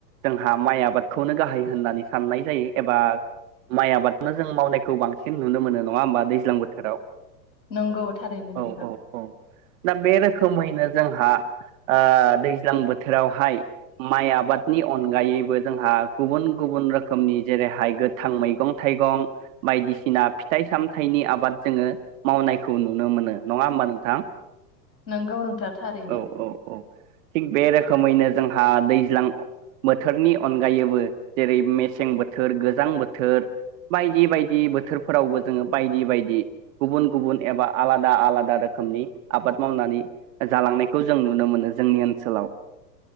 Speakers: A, on the right (about 50°); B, on the left (about 90°).
A: जोंहा माइ आबाद खौनो गाहाय होननानै साननाय जायो एबा माइ आबादखौनो जों मावनायखौ बांसिन नुनो मोनो नङा होमबा दैज्लां बोथोराव
B: नंगौ थारैनो
A: औ
B: नोंथां
A: औ औ दा बे रोखोमैनो जोंहा ओ दैज्लां बोथोरावहाय माइ आबादनि अनगायैबो जोंहा गुबुन गुबुन रोखोमनि जेरैहाय गोथां मैगं थाइगं बायदिसिना फिथाइ सामथाइनि आबाद जोङो मावनायखौ नुनो मोनो नङा होमबा नोंथां
B: नंगौ नोंथां थारैनो
A: औ औ औ थिग बे रोखोमैनो जोंहा दैज्लां बोथोरनि अनगायैबो जेरै मेसें बोथोर गोजां बोथोर बायदि बायदि बोथोरफोरावबो जोङो बायदि बायदि गुबुन गुबुन एबा आलादा आलादा रोखोमनि आबाद मावनानै जालांनायखौ जों नुनो मोनो जोंनि ओनसोलाव